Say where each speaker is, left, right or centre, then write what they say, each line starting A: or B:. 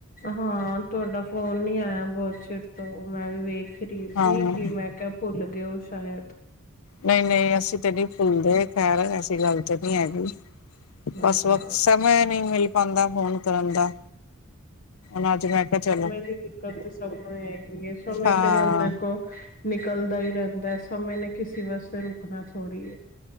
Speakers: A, on the left; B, on the left.
A: ਹਾਂ ਤੁਹਾਡਾ ਫੋਨ ਨੀ ਆਇਆ ਬਹੁਤ ਚਿਰ ਤੋਂ ਮੈਂ ਵੀ ਵੇਖ ਵਰੀ
B: ਹਾਂ
A: ਸੀ ਕਿ ਮੈਂ ਕਿਹਾ ਭੁੱਲ ਗਏ ਉਹ ਸ਼ਾਇਦ
B: ਨਹੀਂ ਨਹੀਂ ਅਸੀਂ ਤੇ ਨਹੀਂ ਫੁੱਲਦੇ ਖੈਰ ਐਸੀ ਗੱਲ ਤਾਂ ਨਹੀਂ ਹੈਗੀ
A: ਹਾਂ।
B: ਬਸ ਵਕਤ ਸਮੇ ਨਹੀਂ ਮਿਲ ਪਾਉਦਾ ਫੋਨ ਕਰਨ ਦਾ ਉਹ ਅੱਜ ਮੈਂ ਕਿਹਾ ਚਲੋ
A: ਸਮੇ ਦੀ ਦਿੱਕਤ ਤੇ ਸਭ ਨੂੰ ਹੈਗੀ ਸਮੇਂ
B: ਹਾਂ
A: ਤੇ ਬਸ ਦੇਖੋ ਨਿਕਲਦਾ ਹੀ ਰਹਿੰਦਾ ਸਮੇਂ ਨੇ ਕਿਸੇ ਵਾਸਤੇ ਰੁਕਣਾ ਥੋੜੀ ਹੈ